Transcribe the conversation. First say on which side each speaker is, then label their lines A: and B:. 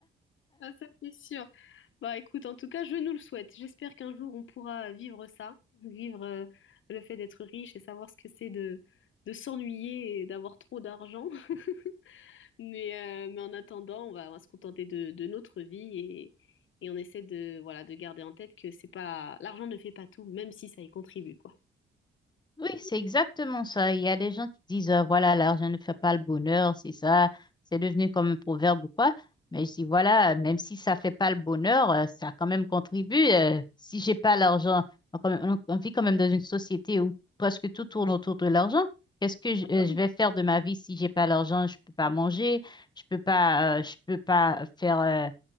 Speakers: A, on the left; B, on the left.
A: <laughs> ah, ça c'est sûr. Bah écoute, en tout cas, je nous le souhaite. J'espère qu'un jour, on pourra vivre ça, vivre euh, le fait d'être riche et savoir ce que c'est de, de s'ennuyer et d'avoir trop d'argent. <laughs> Mais, euh, mais en attendant, on va, on va se contenter de, de notre vie et, et on essaie de, voilà, de garder en tête que c'est pas, l'argent ne fait pas tout, même si ça y contribue, quoi.
B: Oui, c'est exactement ça. Il y a des gens qui disent, euh, voilà, l'argent ne fait pas le bonheur, c'est ça, c'est devenu comme un proverbe ou quoi. Mais je dis, voilà, même si ça fait pas le bonheur, euh, ça quand même contribue. euh, si j'ai pas l'argent, on, quand même- on- on vit quand même dans une société où presque tout tourne autour de l'argent. Qu'est-ce que je,
A: Ah bah
B: euh, je
A: oui.
B: vais faire de ma vie si j'ai pas l'argent? Je peux pas manger, je peux pas, euh, je peux pas faire, euh,